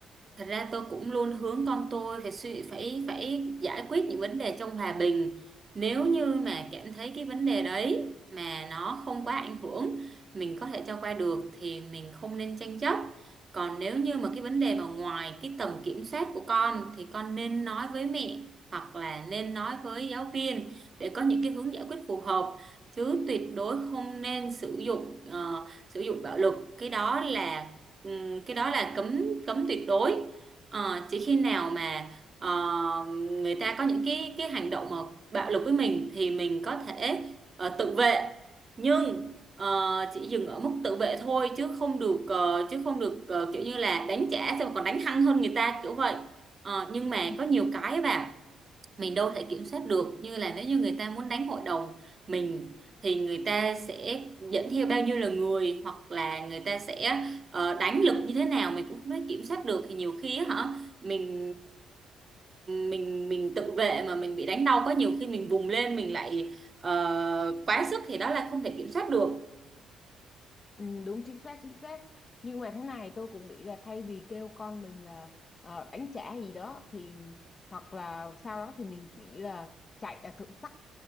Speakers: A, on the right; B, on the left.
A: Thật ra tôi cũng luôn hướng con tôi phải suy phải phải giải quyết những vấn đề trong hòa bình. Nếu như mà cảm thấy cái vấn đề đấy mà nó không quá ảnh hưởng, mình có thể cho qua được thì mình không nên tranh chấp. Còn nếu như mà cái vấn đề mà ngoài cái tầm kiểm soát của con thì con nên nói với mẹ hoặc là nên nói với giáo viên để có những cái hướng giải quyết phù hợp chứ tuyệt đối không nên sử dụng ờ, sử dụng bạo lực. Cái đó là ừm, cái đó là cấm cấm tuyệt đối Ờ, chỉ khi nào mà ờ, người ta có những cái cái hành động mà bạo lực với mình thì mình có thể ờ, tự vệ nhưng ờ, chỉ dừng ở mức tự vệ thôi chứ không được ờ, chứ không được ờ, kiểu như là đánh trả xong còn đánh hăng hơn người ta kiểu vậy Ờ, nhưng mà
B: Ừ.
A: có nhiều cái ấy bà mình đâu thể kiểm soát được như là nếu như người ta muốn đánh hội đồng mình thì người ta sẽ dẫn theo bao nhiêu là người hoặc là người ta sẽ ờ, đánh lực như thế nào mình cũng không thể kiểm soát được thì nhiều khi á hả mình mình mình tự vệ mà mình bị đánh đau quá nhiều khi mình vùng lên mình lại ờ, quá sức thì đó là không thể kiểm soát được
B: Ừ, đúng chính xác chính xác nhưng mà thế này tôi cũng nghĩ là thay vì kêu con mình là ờ, đánh trả gì đó thì hoặc là sau đó thì mình nghĩ là chạy là thượng sách